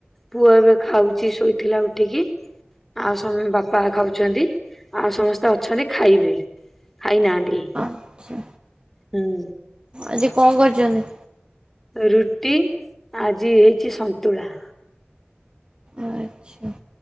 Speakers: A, in the centre; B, on the right (about 25°).
A: ପୁଅ ଏବେ ଖାଉଛି ଶୋଇଥିଲା ଉଠିକି। ଆଉ ସମ୍ ବାପା ଖାଉଛନ୍ତି ଆଉ ସମସ୍ତେ ଅଛନ୍ତି ଖାଇବେ। ଖାଇନାହାନ୍ତି
B: ଆଛା
A: ହୁଁ।
B: ଆଜି କଣ କରିଛନ୍ତି?
A: ରୁଟି ଆଜି ହେଇଛି ସନ୍ତୁଳା।
B: ଆଚ୍ଛା।